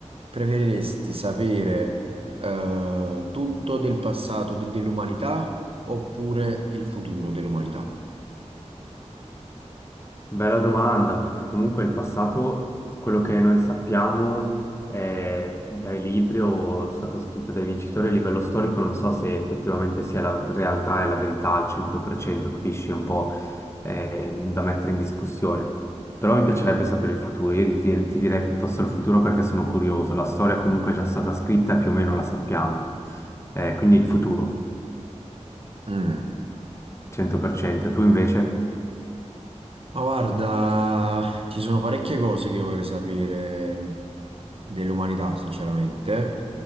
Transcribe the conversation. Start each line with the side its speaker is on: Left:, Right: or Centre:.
Right: preferiresti sapere eh, tutto del passato de- dell'umanità oppure il futuro dell'umanità?
Left: Bella domanda, perché comunque il passato, quello che noi sappiamo è dai libri o è stato scritto dai vincitori a livello storico, non so se effettivamente sia la realtà e la verità al 100%, capisci? È un po' eh, da mettere in discussione. Però mi piacerebbe sapere il futuro, io ti dir- ti direi piuttosto il futuro perché sono curioso, la storia comunque è già stata scritta e più o meno la sappiamo. Eh, quindi il futuro,
Right: Mm.
Left: 100%, tu invece?
Right: Ma guarda, ci sono parecchie cose che vorrei sapere dell'umanità, sinceramente,